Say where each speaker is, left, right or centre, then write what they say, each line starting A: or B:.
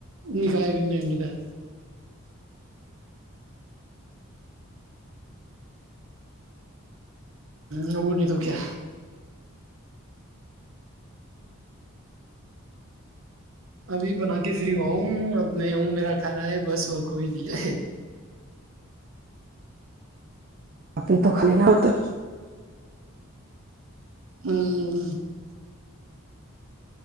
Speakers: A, on the right; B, on the right.
A: نکایا بھی نہیں نکایا ہ ا نہیں تو کیا ابھی بنا کے فری ہوا ہوں اب میں ہوں میرا کھانا ہے بس اور کوئی نہیں ہے
B: آپ ہی تو خالی نہ ہوتا
A: ہوں